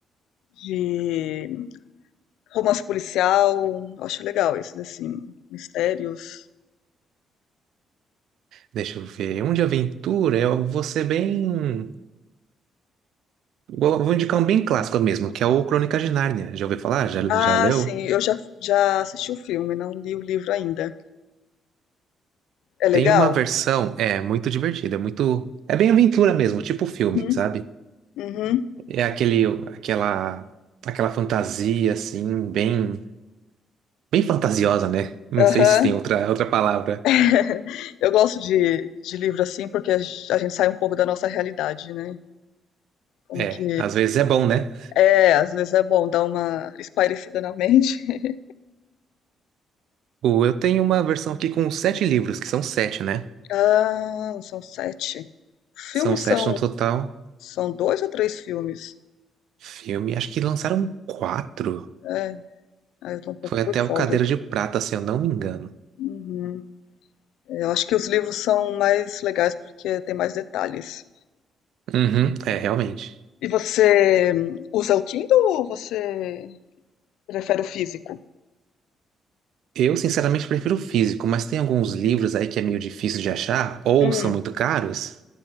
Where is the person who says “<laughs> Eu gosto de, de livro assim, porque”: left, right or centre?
Left